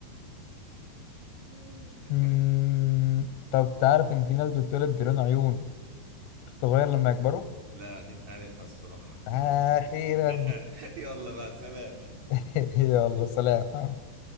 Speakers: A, on the right; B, on the left.
A: <laughs>
B: مم، طب تعرف ان في ناس بتتولد بلون عيون بتتغير لما يكبروا
A: لا دي مش عارفها الصراحه
B: اخيرا
A: <laughs> يلا بقى سلام
B: <laughs> يلا سلام